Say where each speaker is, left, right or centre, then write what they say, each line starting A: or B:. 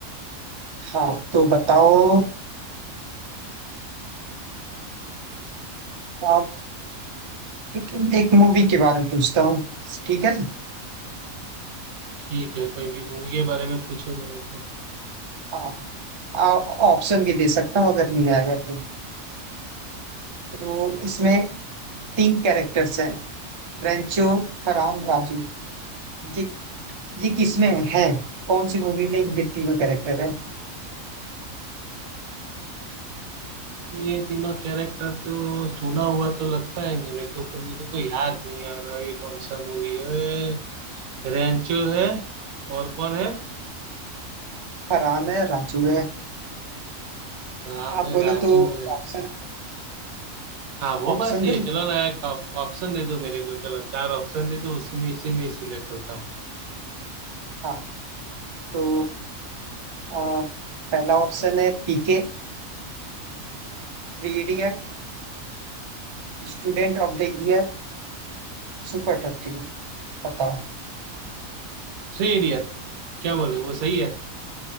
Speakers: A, on the right; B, on the right.
A: हाँ तो बताओ आप एक, एक मूवी के बारे में पूछता हूँ ठीक है
B: ठीक है कोई भी मूवी के बारे में पूछो मेरे को
A: हाँ, आ- ऑप्शन भी दे सकता हूँ अगर नहीं आएगा तो तो इसमें तीन कैरेक्टर्स हैं रेंचो फरहान राजू ये ये किसमें है कौन सी मूवी में ये तीनों कैरेक्टर है
B: ये तीनों कैरेक्टर तो सुना हुआ तो लगता है मेरे को पर मेरे को याद नहीं आ रहा ये कौन सा मूवी है रेंचो है और कौन है
A: फरहान है राजू है
B: राम
A: आप
B: है
A: बोलो
B: राजू
A: तो
B: है
A: ऑप्शन
B: हाँ वो
A: ऑप्शन
B: बात सही
A: दूं
B: है चलो ना एक ऑप्शन दे दो मेरे को चलो चार ऑप्शन दे दो उसी में इसी में सिलेक्ट करता हूँ
A: हाँ तो आ, पहला ऑप्शन है PK three idiot student of the year super thirty बताओ
B: Three idiot क्या बोले वो सही है